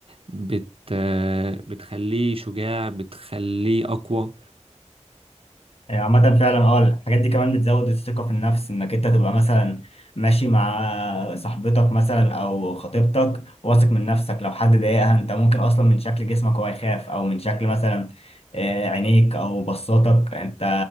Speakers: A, on the right; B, on the left.
A: بت بتخليه شجاع بتخليه اقوى
B: يعني عامة فعلا اه الحاجات دي كمان بتزود الثقة في النفس انك انت تبقى مثلا ماشي مع صاحبتك مثلا او خطيبتك واثق من نفسك لو حد ضايقها انت ممكن اصلا من شكل جسمك هو يخاف او من شكل مثلا آه، عينيك او بصاتك انت